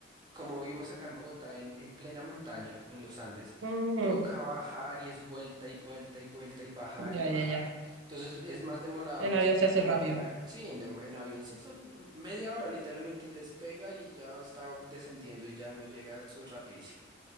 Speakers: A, on the right; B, on the right.
A: como vivimos acá en Bogotá, en, en plena montaña, en los Andes,
B: Mm,
A: toca bajar y es vuelta y vuelta y vuelta y bajar
B: ya,
A: y bajar.
B: ya, ya.
A: Entonces es más demorado,
B: En
A: más
B: avión se hace
A: como
B: rápido.
A: por la... ge- Sí, en, dem- en avión sí son media hora, literalmente despega y ya está descendiendo y ya uno llega, eso es rapidísimo.